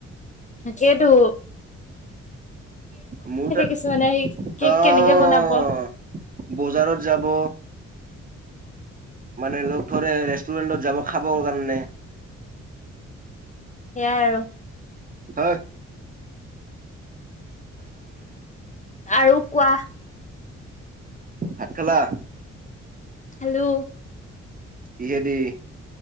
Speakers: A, on the left (about 25°); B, on the right (about 25°).
A: তাকেটো।
B: মোৰ তাত
A: কিছুমানে আহি কেক
B: অহ।
A: কেনেকে বনাব
B: বজাৰত যাব মানে লগ ধৰে ৰেষ্টুৰেণ্টত যাব খাব কাৰণে। <inaudible>
A: সেয়াই আৰু।
B: হয়।
A: আৰু কোৱা?
B: ভাত খালা?
A: খালোঁ।
B: কিহেদি?